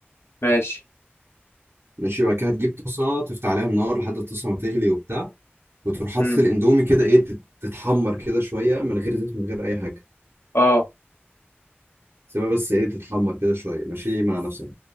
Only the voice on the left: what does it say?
ماشي
امم
اه